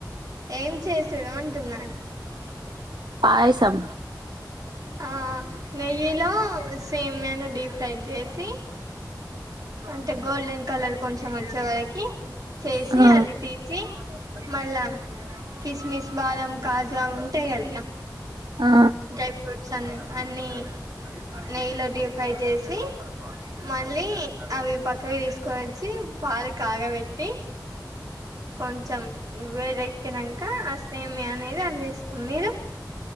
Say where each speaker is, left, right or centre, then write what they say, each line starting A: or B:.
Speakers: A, on the right; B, on the right.
A: ఏం చేసాడు అంటున్నాను హమ్ ఆహ్
B: పాయసం
A: అ <unintelligible> ఆ నెయ్యిలో సేమ్యా డిఫ ఫ్రై చేసి అంటే గోల్డెన్ కలర్ కొంచెం వచ్చే వరకి చేసి
B: ఆ
A: అది తీసి మళ్లా కిస్మిస్ బాదం కాజువా ఉంటాయి కద
B: ఆ
A: ఇకా డ్రై ఫ్రుట్స్ అన్నీ అన్నిీ నెయ్యిలో డ్యూఫ్రై చేసి మళ్ళీ అవి పక్కకు తీసుకొని వచ్చి పాలు కాగబెట్టి కొంచెం వేరె ఎక్కినాక అ సేమి ది అళ్ళ ఇస్తాం మీరు